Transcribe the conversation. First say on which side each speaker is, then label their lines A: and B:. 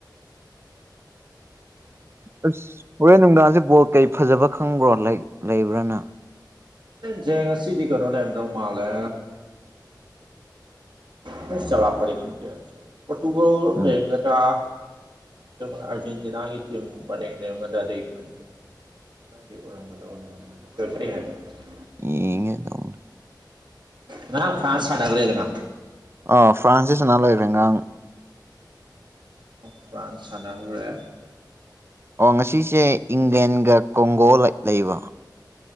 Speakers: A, on the right; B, on the right.
A: ꯑꯁ ꯍꯣꯔꯦꯟ ꯅꯨꯡꯗꯥꯡꯖꯦ ꯕꯣꯜ ꯀꯩ ꯐꯖꯕ ꯈꯪꯕ꯭ꯔꯣ ꯂꯩ ꯂꯩꯕ꯭ꯔꯥꯅ
B: ꯖꯦ ꯉꯥꯁꯤꯗꯤ ꯀꯩꯅꯣ ꯂꯩꯔꯝꯗꯧ ꯃꯥꯜꯂꯦ ꯐꯖ ꯆꯧꯔꯛꯄꯗꯤ ꯈꯪꯗꯦ ꯄꯣꯔꯇꯨꯒꯜ ꯑꯣꯐ
A: ꯎꯝ
B: ꯂꯩꯔꯝꯒꯗ꯭ꯔꯥ ꯅꯠꯇꯔꯒꯅ ꯑꯥꯔꯖꯦꯟꯇꯤꯅꯥꯒꯤ ꯇꯝ ꯄꯔꯦꯡ ꯂꯩꯔꯝꯒꯗ꯭ꯔꯥꯗꯤ ꯑꯩ ꯈꯪꯗꯦ ꯑꯣꯏꯔꯝꯒꯗꯕꯗꯤ <unintelligible>
A: ꯌꯦꯡꯉꯦ ꯇꯧꯅꯦ
B: ꯉꯔꯥꯡ ꯐ꯭ꯔꯥꯟꯁ ꯁꯥꯟꯅꯒ꯭ꯔꯦꯗꯅ
A: ꯑꯥ ꯐ꯭ꯔꯥꯟꯁꯇꯤ ꯁꯥꯟꯅ ꯂꯣꯏꯒ꯭ꯔꯦ ꯉꯥꯡ
B: ꯐ꯭ꯔꯥꯥꯟꯁ ꯁꯥꯟꯅꯒꯔꯦ
A: ꯑꯣ ꯉꯁꯤꯁꯦ ꯏꯪꯂꯦꯟꯒ ꯀꯣꯡꯒꯣ ꯂꯩ ꯂꯩꯕ